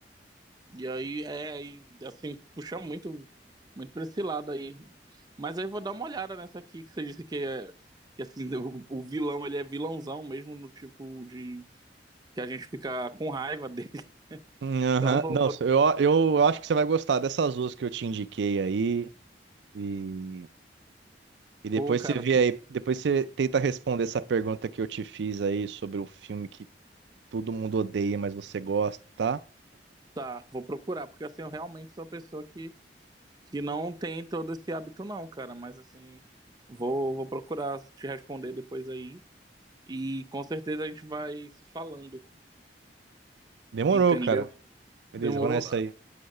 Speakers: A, on the right; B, on the right.
A: E aí, é, aí, assim, puxa muito, muito pra esse lado aí. Mas aí eu vou dar uma olhada nessa aqui que você disse que é, que assim, <laughs> o, o vilão, ele é vilãozão mesmo, no tipo de, que a gente fica com raiva <laughs> dele.
B: Hum, Aham.
A: Então, vou,
B: Não,
A: vou,
B: eu, eu acho que você vai gostar dessas duas que eu te indiquei aí. E E depois
A: vou, cara,
B: você vê
A: assim,
B: aí, depois você tenta responder essa pergunta que eu te fiz aí sobre o filme que todo mundo odeia, mas você gosta, tá?
A: tá, vou procurar, porque assim, eu realmente sou uma pessoa que, que não tem todo esse hábito não, cara, mas assim, vou, vou procurar te responder depois aí. E com certeza a gente vai se falando,
B: Demorou,
A: entendeu?
B: cara. Beleza,
A: Demorou?
B: eu vou nessa aí.